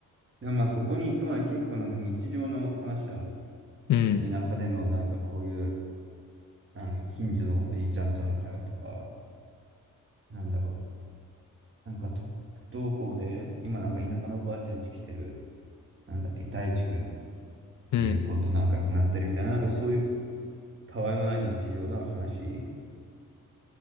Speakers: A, on the right; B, on the left.
A: でもまあそこに行くまで結構なんか日常の話なの。
B: うん。
A: 田舎でのなんかこういう、何、近所のおじちゃんとの会話とか、なんだろう、なんかと不登校で、今なんか田舎のおばあちゃん家来てる、なんだっけ、大地君
B: うん。
A: っていう子と仲良くなったりみたいな、なんかそういうたわいもない日常の話